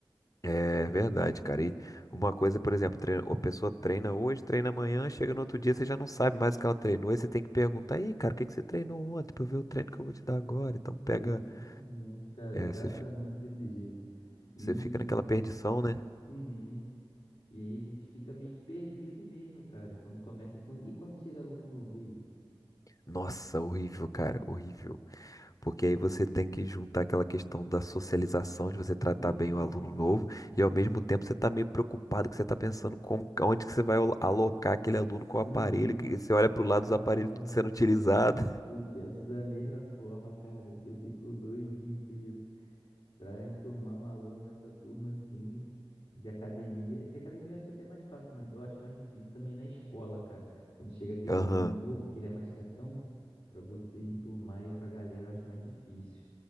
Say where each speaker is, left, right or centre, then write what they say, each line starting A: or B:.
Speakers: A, on the left; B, on the left.
A: É verdade, cara. E uma coisa, por exemplo, treina- a pessoa treina hoje, treina amanhã, chega no outro dia, você já não sabe mais o que ela treinou. Aí você tem que perguntar, aí, cara, o que que você treinou ontem pra eu ver o treino que eu vou te dar agora? Então
B: Exatamente,
A: pega.
B: cara,
A: é,
B: exatamente
A: você, fi-
B: desse jeito. E,
A: você fica naquela perdição, né?
B: uhum, e aí a gente fica meio que perdido mesmo, cara, quando começa. quan- e quando chega aluno novo aí?
A: Nossa, horrível, cara, horrível. Porque aí você tem que juntar aquela questão da socialização, de você tratar
B: Uhum,
A: bem o aluno novo, e ao mesmo tempo você tá meio preocupado, que você tá pensando como, onde que você vai alo- alocar aquele aluno com o aparelho,
B: aham.
A: que você olha pro lado
B: Caraca,
A: dos aparelhos tudo sendo utilizado.
B: eu penso da mesma forma, cara. Eu fico doidinho com isso. para enturmar um aluno nessa turma assim de academia. De academia eu acho até mais fácil, mas eu acho mais difícil também na escola, cara. Quando chega aquele
A: <laughs> Aham.
B: aluno novo, que ele é mais quietão, para você enturmar ele com a galera, eu acho mais difícil.